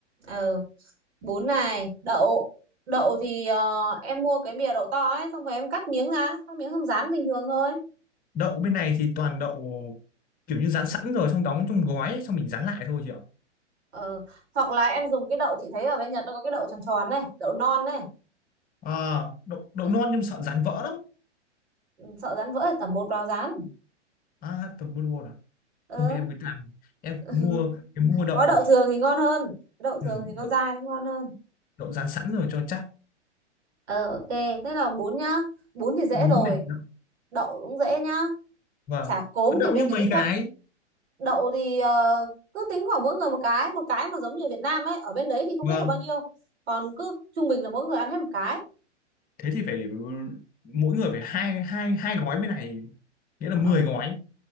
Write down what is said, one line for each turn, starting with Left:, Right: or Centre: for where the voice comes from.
Right: ờ, bún này đậu đậu thì ờ, em mua cái bìa đậu to ấy xong rồi em cắt miếng ra cắt miếng xong rán bình thường thôi
Left: đậu bên này thì toàn đậu kiểu như rán sẵn rồi xong đóng trong gói ấy, xong mình rán lại thôi chị ạ
Right: Ờ, hoặc là em dùng cái đậu chị thấy ở bên Nhật nó có cái đậu tròn tròn này đậu non này
Left: à, đậu, đậu
Right: Ờ,
Left: non nhưng sợ rán vỡ lắm
Right: sợ rán vỡ thì tẩm bột vào rán
Left: à tầm mua
Right: ờ.
Left: thôi em cứ làm em
Right: <laughs>
Left: mua cái mua đậu
Right: có đậu thường thì ngon hơn đậu
Left: ừ,
Right: thường thì nó
Left: đậu,
Right: dai nó ngon hơn
Left: đậu rán sẵn rồi cho chắc
Right: ờ ok thế là bún nhá bún thì dễ
Left: bún
Right: rồi
Left: này đậu-
Right: đậu cũng dễ nhá
Left: vâng
Right: chả cốm
Left: Có đậu
Right: thì bên
Left: như mấy
Right: đấy chắc
Left: cái
Right: đậu thì ờ, cứ tính khoảng mỗi người một cái một cái mà giống như ở Việt Nam ấy ở bên đấy thì không
Left: vâng
Right: biết là bao nhiêu còn cứ trung bình là mỗi người ăn hết một cái
Left: thế thì phải mỗi người phải hai hai hai gói bên này nghĩa
Right: Ờ.
Left: là 10 gói